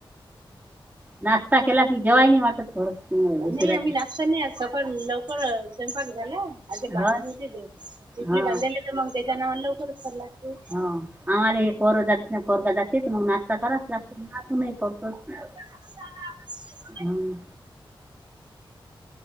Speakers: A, on the right (about 20°); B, on the right (about 55°).
A: नाशस्ता केला क जवाय नाहीटत थोड
B: नाही
A: उशिरा
B: आम्ही नाश्ता नाही आज सकाळ लवकर स्वयंपाक झाला असे बांध
A: हो
B: दे पिपरी
A: हा
B: बांधाय मग त्याच्या नावर लवकरचसरलागते.
A: हो आम्हाला हे पोर जा तुझा पोरगा जाते तर मग नाश्ता कराच लागतो ना त नाही करडतोच.
B: <inaudible>
A: हम्.